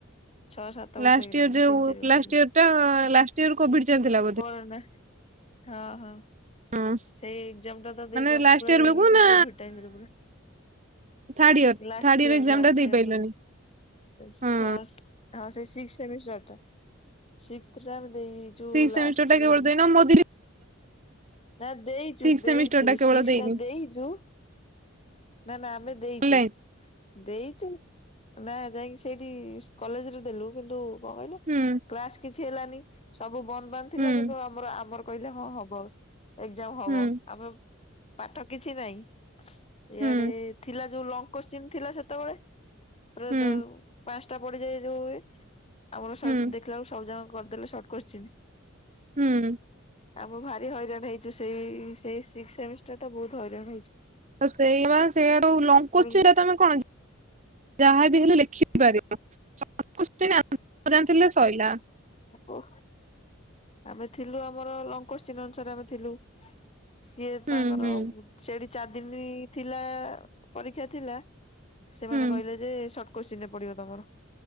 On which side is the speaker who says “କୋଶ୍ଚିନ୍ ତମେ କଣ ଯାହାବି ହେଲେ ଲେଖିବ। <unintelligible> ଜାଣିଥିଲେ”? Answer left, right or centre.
Right